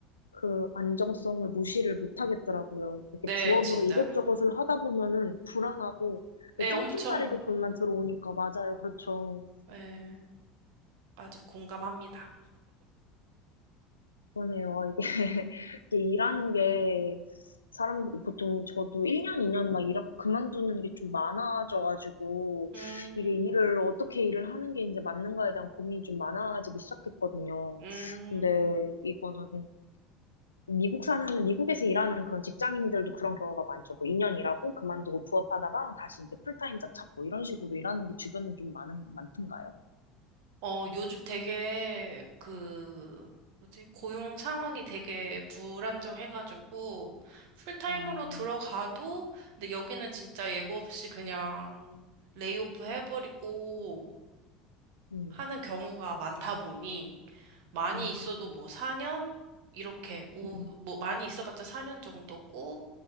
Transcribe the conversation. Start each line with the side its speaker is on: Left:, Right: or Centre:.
Left: 그 안정성을 무시를 못 하겠더라고요. 이렇게
Right: 네,
Left: 부업으로
Right: 진짜요.
Left: 이것저것을 하다 보면은 불안하고
Right: 네,
Left: 쫌쫌따리로
Right: 엄청,
Left: 돈만 들어오니까 맞아요. 그렇죠.
Right: 네, 아주 공감합니다.
Left: 그러네요. 아, 이게, <laughs> 이게 일하는 게 사람들이 보통 저도 1년, 2년 막 일하고 그만두는 게 좀 많아져가지고
Right: 음,
Left: 이게 일을 어떻게 일을 하는 게 이제 맞는가에 대한 고민이 좀 많아지기 시작했거든요.
Right: 음.
Left: 근데 이거는 미국 사는, 미국에서 일하는 그런 직장인들도 그런 경우가 많죠. 뭐 2년 일하고 그만두고 부업하다가 다시 이제 풀타임자 찾고 이런 식으로 일하는 게 주변에 좀 많은, 많던가요?
Right: 어, 요즘 되게 그 뭐지? 고용 상황이 되게 불안정해가지고 풀타임으로
Left: 아,
Right: 들어가도 근데 여기는 진짜 예고 없이 그냥 레이오프 해버리고
Left: 음,
Right: 하는 경우가 많다 보니 많이
Left: 음,
Right: 있어도 뭐 4년 이렇게 오,
Left: 음,
Right: 뭐 많이 있어봤자 4년 정도고